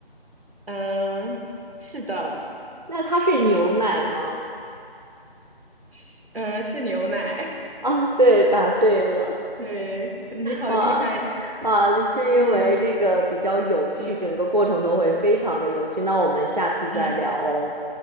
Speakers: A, on the right; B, on the right.
A: 嗯，是的，
B: 那它是牛奶吗？
A: 是，嗯，是牛奶。<laughs>
B: 啊，对，答对了，
A: 对，你好厉害，
B: 哇啊，就是因为这个比较有趣，
A: 嗯嗯
B: 整个过程都会非常的有趣。那我们下次再聊哦。
A: 嗯